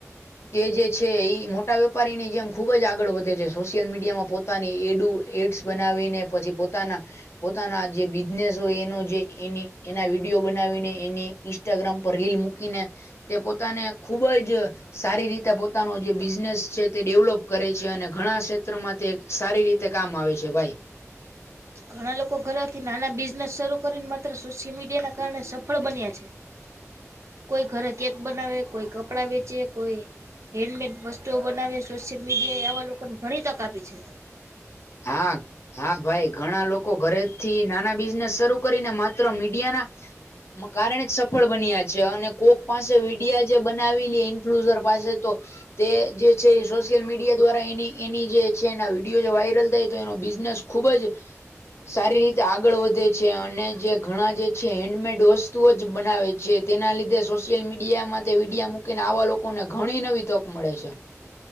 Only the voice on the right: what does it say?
ઘણા લોકો ઘરેથી નાના બિઝનેસ શરૂ કરીને માત્ર સોશિયલ મીડિયા ના કારણે સફળ બન્યા છે. કોઈ ઘરે કેક બનાવે, કોઈ કપડાં વેચે, કોઈ હેન્ડમેડ વસ્તુઓ બનાવે, સોશિયલ મીડિયા એ આવા લોકોને ઘણી તક આપી છે.